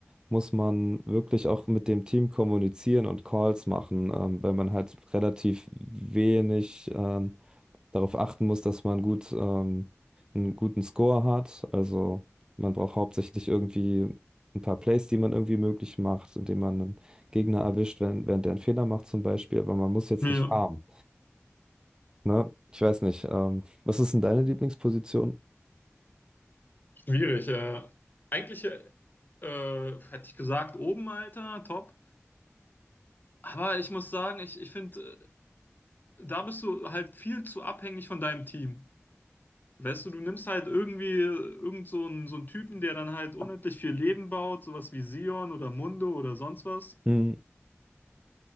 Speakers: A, on the right (about 15°); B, on the left (about 40°).
A: muss man wirklich auch mit dem Team kommunizieren und Calls machen, ähm, weil man halt relativ wenig. ähm, darauf achten muss, dass man gut, ähm, einen guten Score hat. Also man braucht hauptsächlich irgendwie ein paar Plays, die man irgendwie möglich macht, indem man einen Gegner erwischt, wenn, während der einen Fehler macht zum Beispiel. Aber man muss jetzt
B: Ja.
A: nicht farmen. Ne? Ich weiß nicht. Ähm, was ist denn deine Lieblingsposition?
B: Schwierig. Äh, eigentlich äh, äh, hätte ich gesagt, oben, Alter, top. Aber ich muss sagen, ich, ich finde, da bist du halt viel zu abhängig von deinem Team. Weißt du, du nimmst halt irgendwie äh, irgend so einen, so einen Typen, der dann halt unendlich viel Leben baut, sowas wie Sion oder Mundo oder sonst was.
A: Hm,